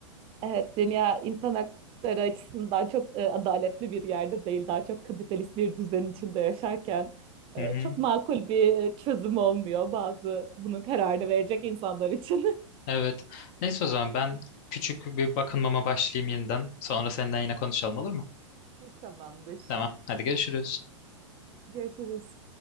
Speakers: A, on the right (about 35°); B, on the left (about 45°).
A: Evet dünya insan hakları açısından çok e, adaletli bir yerde değil daha çok kapitalist bir düzen içinde yaşarken e,
B: <laughs>
A: çok makul bir e, çözüm olmuyor bazı bunun kararını verecek insanlar için.
B: Evet. Neyse o zaman ben küçük bir bakınmama başlayayım yeniden. Sonra senden yine konuşalım olur mu?
A: <laughs> Tamamdır.
B: Tamam. Hadi görüşürüz.
A: Görüşürüz.